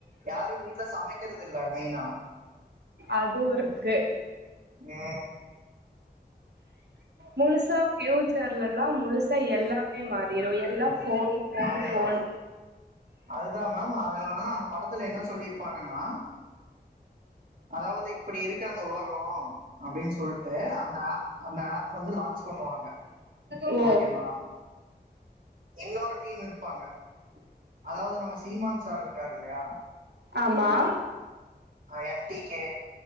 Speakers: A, on the right (about 55°); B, on the right (about 85°).
A: யாரு வீட்ல சமைக்கறது இல்ல மெயினா
B: அதுவு இருக்கு
A: எ
B: முழுசா ஃபியூச்சர்லல்லா முழுசா எல்லாமே மாற் இரவு எல்லா ஃபோனு ஃபோனு
A: அதுதா
B: ஃபோனு
A: அதுதா மேம் அதது அந்த படத்துல என்ன சொல்லியிருப்பாங்கனா அதாவது இப்புடி இருக்க அந்த உலகோ அப்டின் சொல்ட்டு அந்த ஆப் அந்த ஆப் வந்து லான்ச் பண்ணுவாங்க
B: ஓ
A: ஓகேவா இன்னொரு டீம் இருப்பாங்க அதாவது நம்ம சீமான் சார் இருக்காரு இல்லையா
B: ஆமா
A: அ ‌என் டி கே